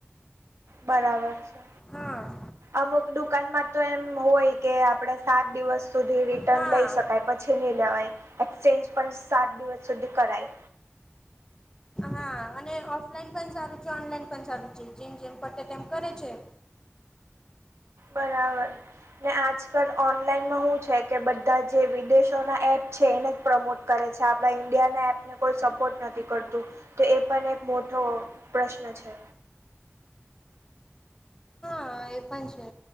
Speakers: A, on the right (about 80°); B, on the left (about 15°).
A: બરાબર છે
B: હા
A: અમુક દુકાનમાં તો એમ હોય કે આપડે સાત દિવસ સુધી રિટર્ન
B: હા
A: લઈ શકાય પછી નહીં લેવાય. એક્સચેન્જ પણ સાત દિવસ સુધી કરાય.
B: હા અને ઓફલાઈન પણ સારું છે ઓનલાઈન પણ સારું છે જેમ જેમ પતે તેમ કરે છે.
A: બરાબર ને આજકાલ ઓનલાઈનમાં હું છે કે બધા જે વિદેશ નો ન એપ છે એને જ પ્રમોટ કરે છે આપણા ઈન્ડિયાના એપને કોઈ સપોર્ટ નથી કરતું. તો એ પણ એક મોટો પ્રશ્ન છે.
B: હા એ પણ છે.